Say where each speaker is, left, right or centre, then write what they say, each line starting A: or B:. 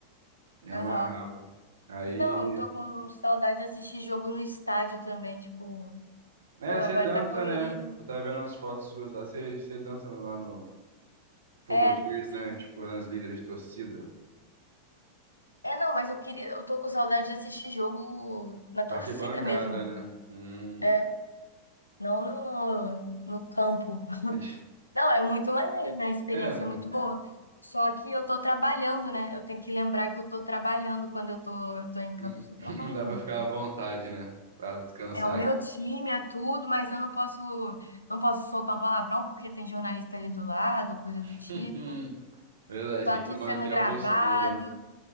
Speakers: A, on the right (about 65°); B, on the left (about 85°).
A: Me amarrava.
B: aham.
A: Aí,
B: Não, eu tô com saudade de assistir jogo no estádio também, tipo,
A: é,
B: pô, agora
A: você dança,
B: tá correria.
A: né? Eu tava vendo umas fotos suas lá, você você dança lá no Fogotiers,
B: É, sim.
A: né? Tipo, nas líderes de torcida.
B: É, não, mas eu queria, eu tô com saudade de assistir jogo na torcida
A: Arquibancada,
B: mesmo.
A: né? Hum,
B: É, não no, no campo.
A: é, di-
B: Não, é muito maneiro, né? A experiência
A: é, não.
B: é muito boa. Só que eu tô trabalhando, né? Eu tenho que lembrar que eu tô trabalhando quando eu tô, eu tô em campo,
A: Hum,
B: eu tô trabalhando.
A: <laughs> Não dá pra ficar à vontade, né? Pra descansar
B: É o meu
A: aqui.
B: time, é tudo, mas eu não posso, não posso soltar um palavrão porque tem jornalista ali do lado, ou coisa
A: <laughs>
B: do tipo.
A: Verdade,
B: Tá
A: tem que
B: tudo
A: manter
B: sendo gravado,
A: a postura.